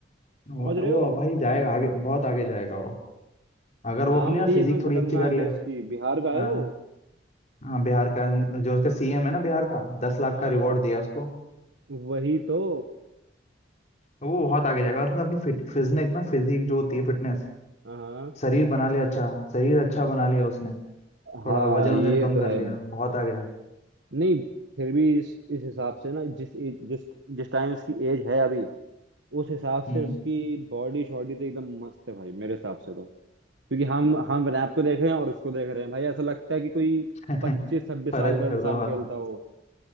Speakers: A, on the left; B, on the right.
A: वो
B: समझ रहे
A: वो
B: हो
A: भाई जाएगा आगे बहुत आगे जाएगा वो अगर वो
B: नाम
A: अपनी ना
B: भी
A: फिजिक
B: एकदम
A: थोड़ी
B: खतरनाक
A: अच्छी कर ले
B: है उसकी बिहार का है
A: हाँ
B: वो
A: हाँ बिहार का उन- जो उसका सीएम है ना बिहार का दस लाख
B: हाँ
A: का रिवॉर्ड दिया उसको
B: वही तो
A: वो बहुत आगे जाएगा और उसने अपनी फिट फिजनेक ना फिजिक जो होती है फिटनेस
B: हाँ
A: शरीर बना लिया अच्छा शरीर अच्छा बना लिया उसने थोड़ा
B: हाँ
A: वजन
B: ये
A: वजन कम
B: तो
A: कर
B: है
A: लिया बहुत आगे जा
B: नहीं फिर भी इस इस हिसाब से ना जिस जिस जिस टाइम उसकी एज है अभी उस हिसाब से
A: हम्म
B: उसकी बॉडी शॉडी तो एकदम मस्त है भाई मेरे हिसाब से तो क्योंकि हम हम रैप को देख रहे हैं और उसको देख रहे हैं भाई ऐसा लगता है कि कोई
A: <laughs>
B: पच्चीस छब्बीस
A: फर्क
B: साल का
A: है
B: इंसान
A: फिर तो हाँ
B: खेलता हो